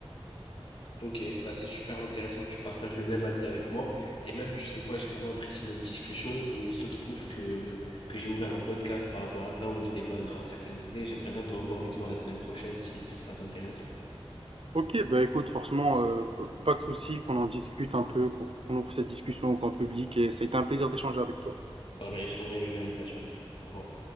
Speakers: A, on the left; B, on the right.
A: Ok, bah c'est super intéressant que tu partages le même avis avec moi. Et même, tu sais quoi, j'ai vraiment apprécié notre discussion. Et il se trouve que, que j'ai ouvert un podcast par rapport à ça où je débat dans certaines idées. J'aimerais bien te revoir avec moi la semaine prochaine si, si ça t'intéresse.
B: Ok, bah écoute, forcément, euh, pas de souci, qu'on en discute un peu, qu'on qu'on ouvre cette discussion au grand public, et ça a été un plaisir d'échanger avec toi.
A: Pareil, je t'enverrai une invitation. Au revoir.